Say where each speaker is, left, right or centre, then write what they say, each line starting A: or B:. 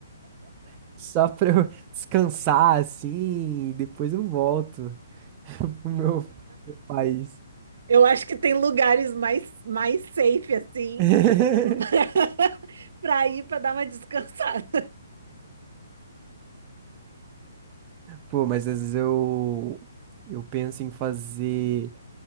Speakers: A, on the right; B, on the right.
A: <laughs> só pra eu <laughs> descansar assim, e depois eu volto <laughs> pro meu país.
B: Eu acho que tem lugares mais, mais safe, assim,
A: <laughs>
B: <laughs> para ir para dar uma descansada.
A: Pô, mas às vezes eu eu penso em fazer